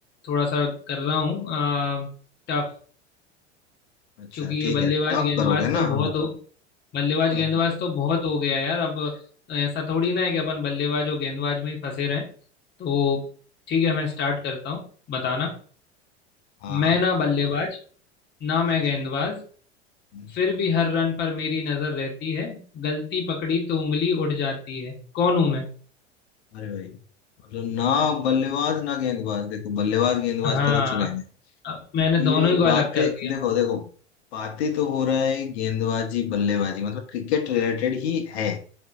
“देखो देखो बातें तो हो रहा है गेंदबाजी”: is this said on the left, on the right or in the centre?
Left